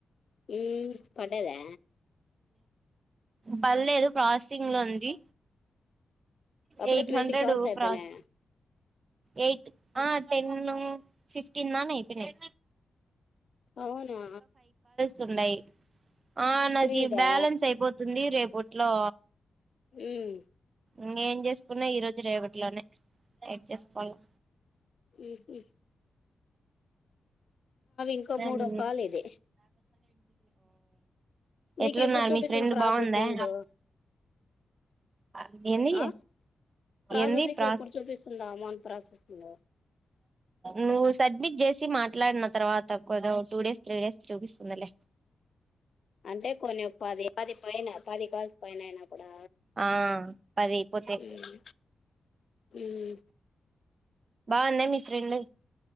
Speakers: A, on the left (about 60°); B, on the right (about 45°).
A: ఉమ్ పడ్డాదా
B: పాల్లేదు ప్రాసెసింగ్ లో ఉంది
A: అప్పుడే
B: ఎయిట్
A: ట్వంటీ
B: హండ్రెడ్
A: కాల్స్ అయిపోయినాయ
B: ప్రాస్ ఎయిట్ ఆ టెన్ను ఫిఫ్టీన్ దానా అయిపోయినాయ్
A: అవునా
B: తుండయ్ ఆ నాకు
A: మీదా
B: బ్యాలెన్స్ అయిపోతుంది రేపూట్లో
A: ఉమ్
B: ఇంకేం చేసుకున్నా ఈ రోజు రేవటిలోనే అయిపోజెస్కుల్లా
A: ఉహు ఇంకో
B: అవ్
A: మూడో కాల్ ఇది నీకు
B: ఎట్లున్నారు
A: ఎప్పుడు చూపిస్తుంది
B: మీ ఫ్రెండ్
A: ప్రాసెసింగ్
B: బాగుందా ఆ ఏంది
A: ఆ ప్రాసెసింగ్
B: ఏంది ప్రా
A: ఎప్పుడు చూపిస్తుందా అమౌంట్ ప్రాసెసింగ్
B: నువ్ సడ్మిట్ చేసి మాట్లాడిన తర్వాత కొదో టూ డేస్ త్రీ డేస్ చూపిస్తుందిలే
A: అంటే కొన్ని పది పది పైన పది కాల్స్ పైనయిన ఉడా
B: ఆ పది అయిపోతే
A: ఉమ్ ఉమ్
B: బాన్దా మీ ఫ్రెండు